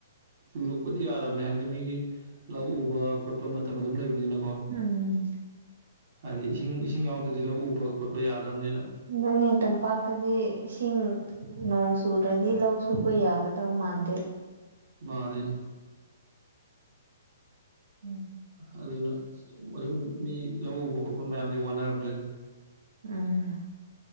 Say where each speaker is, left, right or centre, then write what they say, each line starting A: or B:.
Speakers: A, on the right; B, on the right.
A: ꯆꯨꯔꯛꯄꯗꯤ ꯌꯥꯔꯕꯅꯦ ꯍꯥꯏꯗꯤ ꯃꯤꯒꯤ ꯂꯧ ꯎꯕ ꯈꯣꯠꯄ ꯃꯇꯝ ꯑꯗꯨꯝ ꯂꯩꯕꯅꯤꯅ
B: ꯎꯝ꯫
A: ꯍꯥꯏꯗꯤ ꯏꯁꯤꯡ ꯏꯁꯤꯡ ꯌꯥꯎꯗ꯭ꯔꯥꯗꯤ ꯂꯧ ꯎꯕ ꯈꯣꯠꯄ ꯌꯥꯗꯕꯅꯤꯅ
B: ꯑꯗꯨꯅꯦ ꯇꯝꯄꯥꯛꯇꯗꯤ ꯏꯁꯤꯡ ꯅꯣꯡ ꯆꯨꯗ꯭ꯔꯥꯗꯤ ꯂꯧ ꯁꯨꯕ ꯌꯥꯒꯗꯧ ꯃꯥꯟꯗꯦ
A: ꯃꯥꯅꯦ
B: ꯎꯝ꯫
A: ꯑꯗꯨꯅ ꯑꯁ ꯑꯗꯨꯝ ꯃꯤ ꯂꯧ ꯎꯕ ꯈꯣꯠꯄ ꯃꯌꯥꯝꯗꯤ ꯋꯥꯅꯔꯝꯗꯣꯏꯅꯤ
B: ꯎꯝ꯫